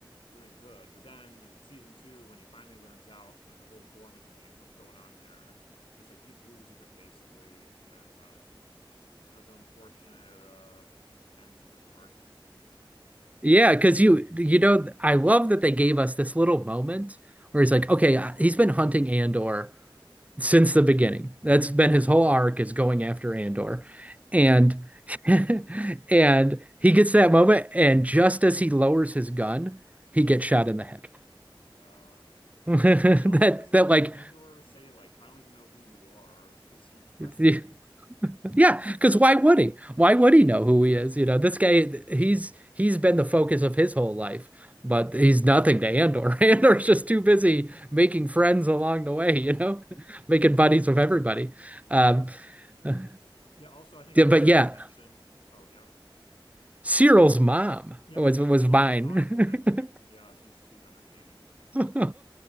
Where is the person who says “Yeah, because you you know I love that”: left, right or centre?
Right